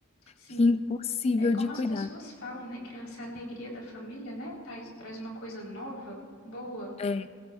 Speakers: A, on the left; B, on the left.
A: Sim.
B: fica impossível
A: É como
B: de
A: as
B: cuidar.
A: pessoas falam, né? Criança é a alegria da família, né? Traz, traz uma coisa nova, boa.
B: É,